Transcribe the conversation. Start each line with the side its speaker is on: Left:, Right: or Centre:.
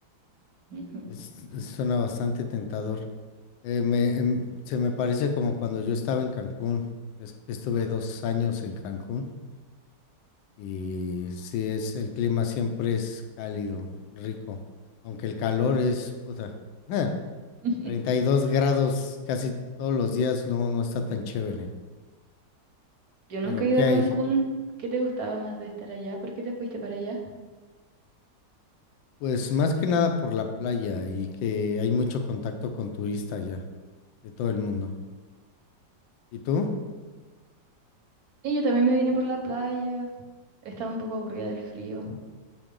Right: Ujú.
Left: Es- es- suena bastante tentador. Eh, me- em, se me parece como cuando yo estaba en Cancún. Es que estuve dos años en Cancún Y sí, es, el clima siempre es cálido, rico, aunque el calor es, puta, ja,
Right: <laughs>
Left: treinta y dos grados casi todos los días no, no está
Right: Ujú.
Left: tan chévere.
Right: Yo nunca
Left: Pero
Right: he ido
Left: ¿qué
Right: a
Left: hay?
Right: Cancún. ¿Qué te gustaba más de estar allá? ¿Por qué te fuiste para allá?
Left: Pues más que nada por la playa y que hay mucho contacto con turistas ya, de todo el mundo. ¿Y tú?
Right: Y yo también me vine por la playa. Estaba un poco aburrida del frío.